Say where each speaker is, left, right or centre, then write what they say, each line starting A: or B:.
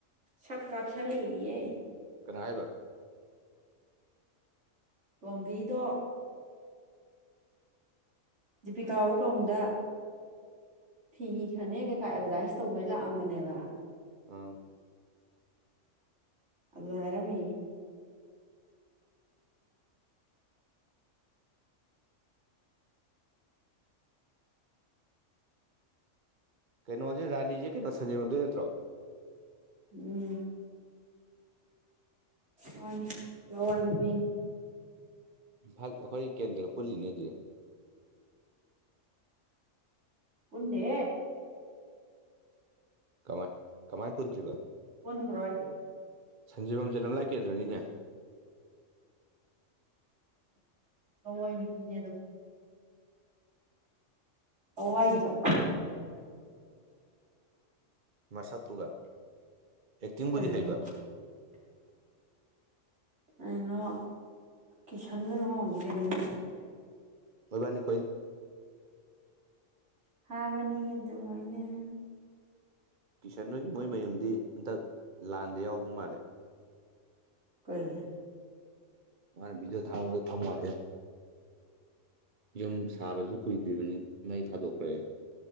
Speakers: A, on the right (about 60°); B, on the right (about 40°).
A: ꯁꯛꯀꯥꯁ ꯂꯩꯌꯦ
B: ꯀꯅꯥ ꯍꯥꯏꯕ
A: ꯇꯣꯝꯕꯤꯗꯣ ꯗꯤꯄꯤꯀꯥ ꯑꯣꯏ ꯔꯣꯝꯗ ꯐꯤꯈ꯭ꯔꯅꯦ ꯀꯩꯀꯥ ꯑꯦꯚꯔꯗꯥꯏꯁ ꯇꯧꯕꯩ ꯂꯥꯛꯑꯝꯕꯅꯦꯕ
B: ꯑꯥ
A: ꯑꯗꯨꯚꯔ ꯃ
B: ꯀꯩꯅꯣꯁꯦ ꯔꯥꯅꯤꯁꯦ ꯀꯩꯅꯩꯅꯣ ꯁꯟꯖꯦꯃꯗ ꯅꯠꯇ꯭ꯔꯣ
A: ꯎꯝ ꯋꯥꯅꯤ ꯂꯋꯥꯅꯤ ꯄꯅꯤ
B: ꯏꯝꯐꯥꯜ ꯑꯩꯈꯣꯏ ꯀꯦꯟꯗ꯭ꯔ ꯄꯨꯜꯂꯤꯅꯦ ꯑꯗꯨꯗꯤ
A: ꯄꯨꯗꯦ
B: ꯀꯃꯥꯏ ꯀꯃꯥꯏꯅ ꯄꯨꯟꯗ꯭ꯔꯤꯕ
A: ꯄꯨꯟꯕ꯭ꯔꯣ ꯍꯥꯏꯁꯦ
B: ꯁꯟꯖꯤꯕꯝꯖꯦꯂꯝꯂꯥꯏ ꯀꯦꯟꯗ꯭ꯔꯅꯤꯅꯦ
A: ꯍꯣꯏ ꯀ ꯌꯦꯗ ꯑ ꯋꯥꯏꯒꯤ ꯆꯠ
B: ꯃꯁꯛꯇꯨꯒ ꯑꯦꯛꯇꯤꯡꯕꯨꯗꯤ
A: ꯀꯩꯅꯣ
B: ꯍꯩꯕ
A: ꯑꯩꯅꯀꯤ ꯁꯟꯗꯅ ꯑꯣꯏꯒꯅꯤ
B: ꯑꯣꯏꯕꯅꯤꯣ
A: ꯍꯥꯥꯕꯅꯤꯌꯦꯗ ꯃꯥꯏꯅꯦ
B: ꯀꯤꯁꯟ ꯅꯣꯏꯒꯤ ꯃꯣꯏ ꯃꯌꯨꯝꯗꯤ ꯍꯟꯇꯛ ꯂꯥꯟꯗ ꯌꯥꯎꯕ ꯃꯥꯜꯂꯦ
A: ꯀꯣꯏ
B: ꯃꯥꯅ ꯕꯤꯖꯣ ꯊꯥꯥꯎ ꯊꯝꯕ ꯃꯥꯔꯦ ꯌꯨꯝ ꯁꯥꯕꯁꯨ ꯀꯨꯏꯗ꯭ꯔꯤꯕꯅꯤ ꯃꯩ ꯊꯥꯗꯣꯛꯈ꯭ꯔꯦ